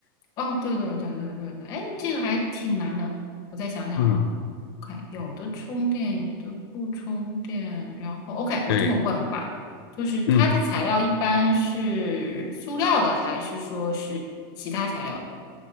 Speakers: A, on the left; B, on the left.
A: 哦，对对对对对对，哎，这个还挺难的。我再想想啊，
B: 嗯，
A: 看有的充电，有的不充电。然后，OK，我这么问吧，
B: 对，
A: 就是它的材料一般是塑料的，
B: 嗯
A: 还是说是其他材料的